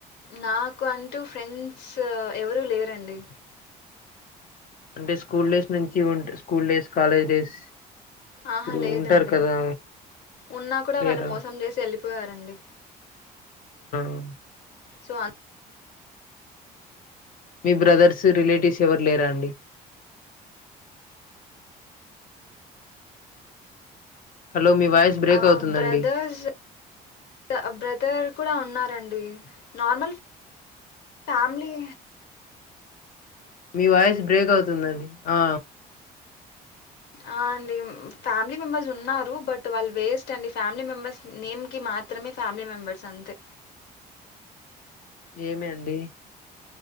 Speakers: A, on the left; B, on the left.
A: నాకు అంటూ ఫ్రెండ్స్ ఎవరూ లేరండి
B: అంటే స్కూల్ డేస్ నుంచి ఉంట్ స్కూల్ డేస్ కాలేజ్ డేస్
A: ఆహా
B: ఇప్పుడు
A: లేదండి
B: ఉంటారు కదా
A: ఉన్నా కూడా
B: లేరా
A: వాళ్ళు మోసం చేసి ఎళ్ళిపోయారండి
B: ఉ
A: సో అన్
B: మీ బ్రదర్స్ రిలేటివ్స్ ఎవరు లేరా అండి హలో మీ వాయిస్ బ్రేక్
A: ఆ
B: అవుతుందండి
A: బ్రదర్స్ అ బ్రదర్ కూడా ఉన్నారండి నార్మల్ ఫ్యామిలీ
B: మీ వాయిస్ బ్రేక్ అవుతుందండి ఆ
A: ఆ అండి ఫ్యామిలీ మెంబెర్స్ ఉన్నారు బట్ వాళ్ళు వేస్ట్ అండి ఫ్యామిలీ మెంబెర్స్ నేమ్ కి మా మాత్రమే ఫ్యామిలీ మెంబర్స్ అంతే
B: ఏమి అండి